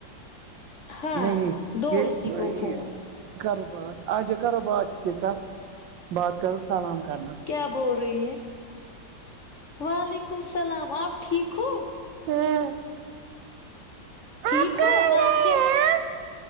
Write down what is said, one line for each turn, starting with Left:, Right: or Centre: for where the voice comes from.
Left: ہاں
Right: نہیں
Left: دو
Right: یہ
Left: اسی
Right: یہ
Left: کو فون
Right: کرو بات آ جا کرو بات اس کے ساتھ بات کرو سلام کرنا
Left: کیا بول رہی ہے وعلیکم سلام آپ ٹھیک ہو
Right: ہاں
Left: ٹھیک
Right: آپ کہاں
Left: ہو نام
Right: گئے
Left: کیا